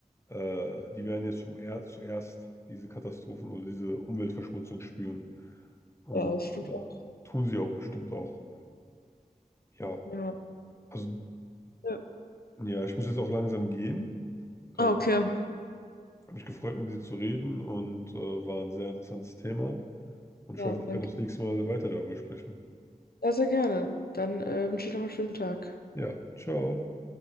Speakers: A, on the left; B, on the left.
A: äh, die werden jetzt zum er zuerst diese Katastrophen oder diese Umweltverschmutzung spüren. Und
B: Ja, das stimmt
A: äh,
B: auch.
A: tun sie auch bestimmt auch. Ja,
B: Ja,
A: also
B: Ja.
A: ja, ich muss jetzt auch langsam gehen. Ähm,
B: Ah, okay.
A: habe mich gefreut, mit dir zu reden und äh, war ein sehr interessantes Thema. Und
B: ja,
A: ich hoffe, wir
B: danke.
A: können das nächste Mal weiter darüber sprechen.
B: Ja, sehr gerne. Dann äh, wünsche ich noch einen schönen Tag.
A: Ja, ciao.